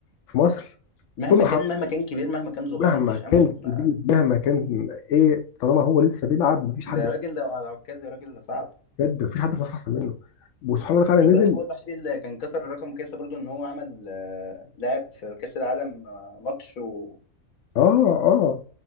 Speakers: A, on the left; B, on the left.
A: في مصر
B: مهما
A: طول ما
B: كان
A: حضري
B: مهما كان كبير مهما كان صغير
A: مهما
B: مفيش
A: كان
B: امل
A: كبير
B: ما-
A: مهما كان ايه طالما هو لسه بيلعب مفيش حد
B: ده راجل لو على عكازي راجل ده صعب
A: بجد مفيش حد في مصر احسن منه وسبحان الله فعلا
B: خد
A: نزل
B: بالك هو الوحيد اللي كان كسر الرقم كاسة برضو ان هو عمل آه، لعب في كاس العالم آه، ماتش واكبر
A: اه اه